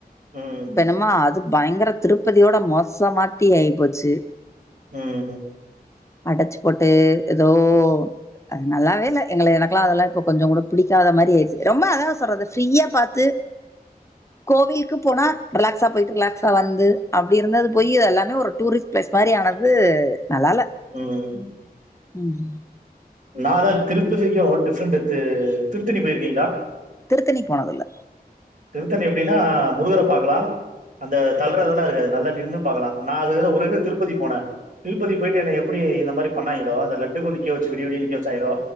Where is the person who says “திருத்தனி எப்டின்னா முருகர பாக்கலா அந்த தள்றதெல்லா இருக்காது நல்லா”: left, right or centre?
Right